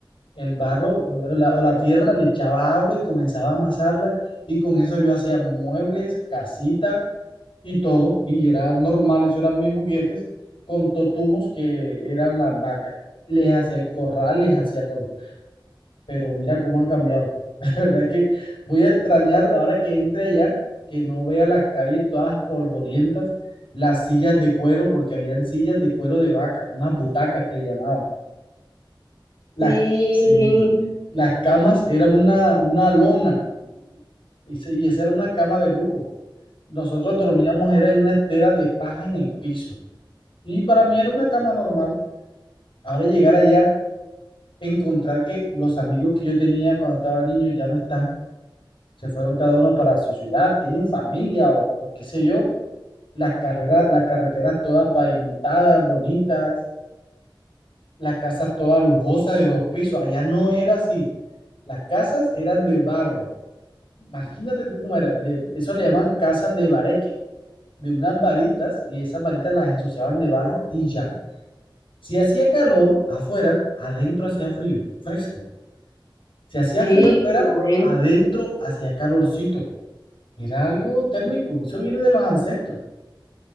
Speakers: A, on the left; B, on the left.
A: El barro o la, o la tierra le echaba agua y comenzaba a amasarla y con eso yo hacía muebles, casita y todo. Y era normal, eso eran mis juguetes con totumos que eran las vacas. Les hacía el corral, les hacía todo pero mira cómo han cambiado. <laughs> La verdad que voy a extrañar ahora que entre allá, que no vea las calles todas polvorientas, las sillas de cuero, porque habían sillas de cuero de vaca, unas butacas que le llamaban. Las,
B: Sí,
A: sí, las camas era una, una lona y, se- y esa era una cama de lujo. Nosotros dormíamos era en una estera de paja en el piso y para mí era una cama normal. Ahora llegar allá, encontrar que los amigos que yo tenía cuando estaba niño ya no están se fueron cada uno para su ciudad, tienen familia o, o qué sé yo. Las carreras, las carreteras todas pavimentadas, bonitas, las casas todas lujosas de dos pisos. Allá no era así. Las casas eran de barro. Imagínate tú cómo era. de- eso le llaman casas de bareque, de unas varitas, y esas varitas las ensuciaban de barro y ya. Si hacía calor afuera, adentro hacía frío, fresco. Si hacía
B: Sí,
A: frío afuera,
B: qué bueno,
A: adentro hacía calorcito. Era algo térmico, eso viene de los ancestros.